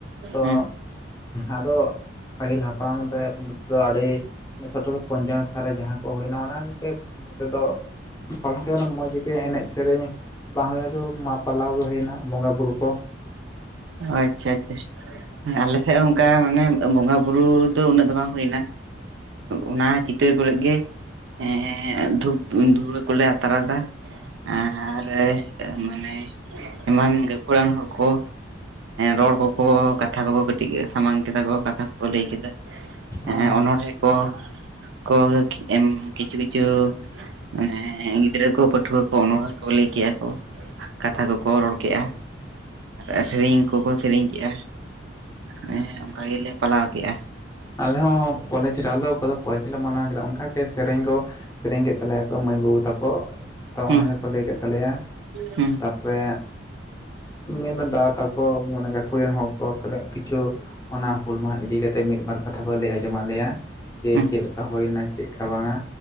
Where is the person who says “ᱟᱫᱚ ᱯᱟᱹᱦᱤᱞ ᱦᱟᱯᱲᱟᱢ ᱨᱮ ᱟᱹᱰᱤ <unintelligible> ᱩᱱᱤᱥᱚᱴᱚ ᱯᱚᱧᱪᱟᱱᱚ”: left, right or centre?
Left